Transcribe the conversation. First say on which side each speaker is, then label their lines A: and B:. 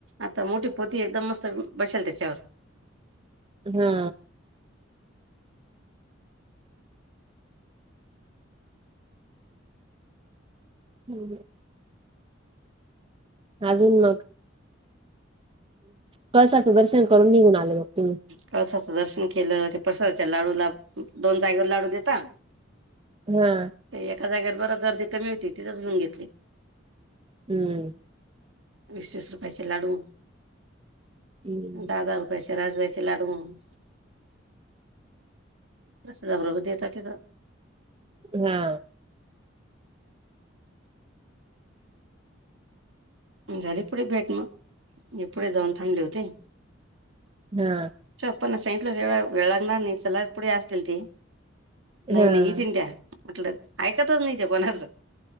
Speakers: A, on the right; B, on the right.
A: आता मोठी पोती एकदम मस्त बसेल त्याच्यावर
B: हा हम अजून मग कळसाचे दर्शन करून निघून आले मग तुम्ही
A: प्रसाचं दर्शन केलं ते प्रसादाच्या लाडूला दोन जागेवर लाडू देता
B: हम
A: ते एका जाग्यावर बर गर्दी कमी होती तीथच घेऊन घेतली
B: हम्
A: वीस वीस रुपयाचे लाडू
B: हम्म
A: दहा दहा रुपयाचे राजा लाूनस हजार रपे देतात तिथं
B: हा
A: झाली पुढे बेट मग पुढे जाऊन थांडले होते
B: हा
A: श्प ना साईटला वळगणार सलार पुढ असतील ते नाही
B: हा
A: नाही इथे त्या्या म्हटलं ऐकतच नाही ते कोणाचं